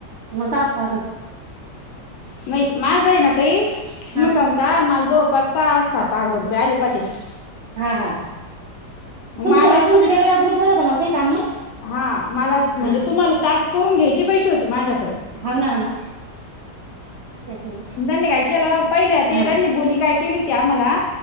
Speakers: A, on the right (about 65°); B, on the left (about 80°).
A: मग तास पाहत होत
B: नाही माझ हायना तई तुम्हाला
A: हा
B: सांगू का माला जवळपास सहा सात सा हजार रुपये आले पा त्याचे
A: हा हा तुमचं
B: मला
A: तुमचं
B: तुम
A: वेगळ्या ग्रुपवर होतं ना हो काही काम मग
B: हा मला म्हणजे
A: हा
B: तुम्हाला टास्क करून घ्यायचे पैसे होते माझ्याकडं.
A: हो ना हो ना तेच ना
B: त्यांनी काय केलं पहिल्या ते
A: हा
B: त्यांनी बोली काय केली होती आम्हाला